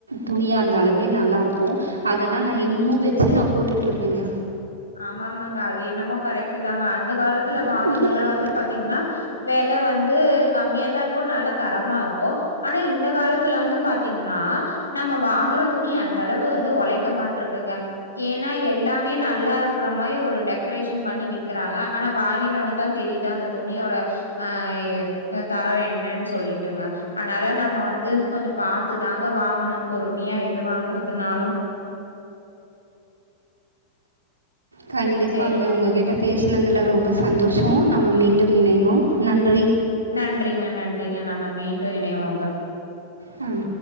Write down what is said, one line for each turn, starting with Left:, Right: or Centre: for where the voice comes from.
Right: துணியாக இருந்தாலுமே நல்லாருக்கும் அதெல்லாம் நான் இன்னுமும் வச்சு நான் போட்டுட்டுருப்பேங்க
Left: ஆமாமாங்க அது என்னமோ கரெக்ட் தாங்க அந்த காலத்துல
Right: ஏன்
Left: வாங்னதெல்லாம்
Right: உயிரை
Left: வந்து
Right: எதுக்கு
Left: பாத்தீங்கன்னா வெல வந்து கம்மியா தான் இருக்கும் நல்ல தரமா இருக்கும் ஆனா இந்த காலத்துல வந்து பாத்தீங்கன்னா நம்ம வாங்குற துணி அந்தளவு வந்து உழைக்க மாட்டருதுங்க ஏன்னா எல்லாமே நான் நல்லாருக்ற மாரி ஒரு டெக்கரேஷன் பண்ணி விக்கிறாங்க ஆனா வாங்கிட்டோனதான் தெரிது அந்த துணியோட அ தரம் என்னன்னு சொல்லிட்டுங்க அதனால நம்ம வந்து கொஞ்சம் பாத்துதாங்க வாங்கணும் பொறுமையா எது வாங்குறதுனாலும்
Right: கண்டிப்பாக
Left: சரி
Right: உங்க கிட்ட பேசினதில ரொம்ப சந்தோஷம் நம்ம மீண்டும் இணைவோம் நன்றி
Left: நன்றிங்க நன்றிங்க நம்ம மீண்டும் இணைவோங்க
Right: ம்